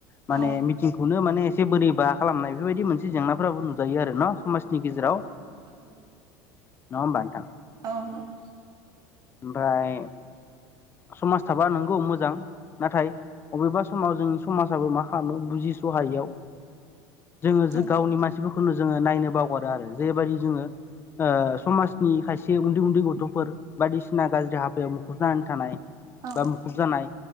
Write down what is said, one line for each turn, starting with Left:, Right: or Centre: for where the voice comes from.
Left: माने
Right: औ
Left: मिटिंखौनो माने एसे बोरै बा खालामनाय बेफोरबायदि मोनसे जेंनाफोराबो नुजायो आरो न'। समाजनि
Right: औ
Left: गेजेराव
Right: औ नंगौ।
Left: नङा होमबा नोंथां।
Right: औ नंगौ
Left: ओमफाय समाज थाबा नंगौ मोजां नाथाय अबेबा स समाव जोंनि समाजाबो मा खालामो बुजिसहायैयाव जोङो
Right: औ
Left: जो गावनि मानसिखौ खौनो जोङो नायनो बावगारो आरो जेरैबायदि जोङो ओ समाजनि खायसे उन्दै उन्दै गथ'फोर बायदिसिना गाज्रि हाबायाव मुख खुब जानानै थानाय
Right: औ
Left: बा मुखुब जानाय।